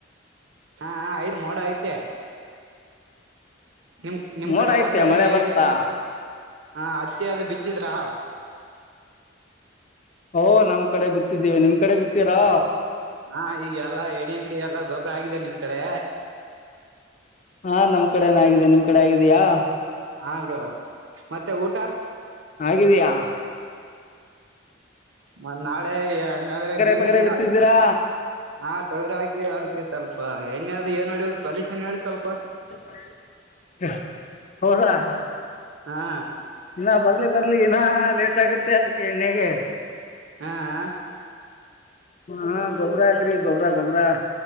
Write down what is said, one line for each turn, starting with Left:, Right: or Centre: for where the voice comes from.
Right: ಹಾ ಹಾ ಐತ್ ಮೋಡ ಐತೆ ನಿಮ್ ನಿಮ್
Left: ಮೋಡ
Right: ಕಡೆ ಹೊಲ್ದಲ್ಲಲ್ಲಿ
Left: ಐತೆ ಮಳೆ
Right: ಏನ್
Left: ಬರ್ತಾ
Right: ಬಿತ್ತೀರೀ ಹಾ ಅತ್ತಿ ಅದು ಬಿತ್ತಿದ್ರಾ
Left: ಓ ನಮ್ ಕಡೆ ಬಿತ್ತಿದ್ದೀವೆ ನಿಮ್ ಕಡೆ ಬಿತ್ತೀರಾ
Right: ಹಾ ಈಗ ಎಲ್ಲಾ ಎಡಿ ಬಿಡಿ ಎಲ್ಲಾ ಗೊಬ್ಬರ ಆಗಿದೆ ನಿಮ್ ಕಡೆ
Left: ಹಾ ನಮ್ ಕಡೆನಾಗಿದೆ ನಿಮ್ ಕಡೆ ಆಗಿದೆಯಾ
Right: ಹಾ ಬ್ರೋ ಮತ್ತೆ ಊಟ
Left: ಆಗಿದೆಯಾ
Right: ಮ ನಾಳೆ ಹೆಂಗಾದ್ರೆ ನೀರ್ಗಿರ
Left: ಪಗರೆ ಬಿತ್ತಿದ್ದೀರಾ
Right: ಆ ತೊಗ್ರಾಕಿವಿ ಅದಕ್ಕೆ ಸ್ವಲ್ಪ ಎಣ್ಣೆ ಅದು ಏನ್ ನೋಡಿ ಸೊಲ್ಯೂಷನ್ ಹೇಳಿ ಸ್ವಲ್ಪ
Left: <unintelligible>
Right: ಹಾ
Left: ಇನ್ನ ಬರ್ಲಿ ಬರ್ಲಿ ಇನ್ನ ಲೇಟ್ ಆಗುತ್ತೆ ಅದಕ್ಕೆ ಎಣ್ಣೆಗೆ
Right: ಹಾ ಆ
Left: ಹ್ಮ ಹಾ ಗೊಬ್ಬ್ರ ಹಾಕ್ರಿ ಗೊಬ್ಬ್ರಾ ಗೊಬ್ಬ್ರಾ